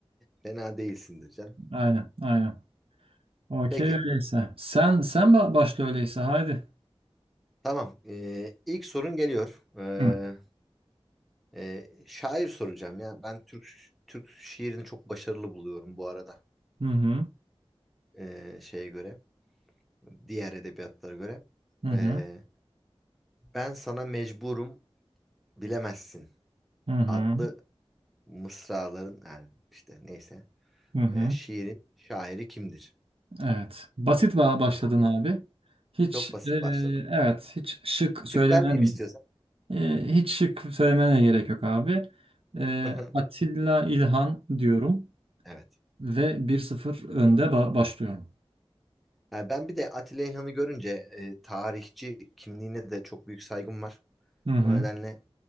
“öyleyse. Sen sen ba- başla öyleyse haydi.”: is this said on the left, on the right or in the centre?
Right